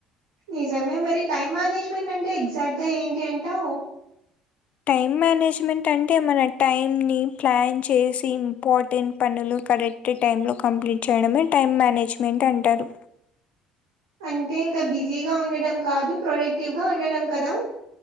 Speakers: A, on the right; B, on the left.
A: నిజమే మరి టైం మేనేజ్మెంట్ అంటే ఎగ్జాక్ట్ గా ఏంటి అంటావ్
B: టైమ్ మేనేజ్మెంట్ అంటే మన టైం ని ప్లాన్ చేసి ఇంపార్టెంట్ పనులు కరెక్ట్ టైమ్ లో కంప్లీట్ చేయడమే టైం మేనేజ్మెంట్ అంటారు
A: అంటే ఇంకా బిజీగా ఉండడం కాదు ప్రొడక్టివ్గా ఉండడం కదా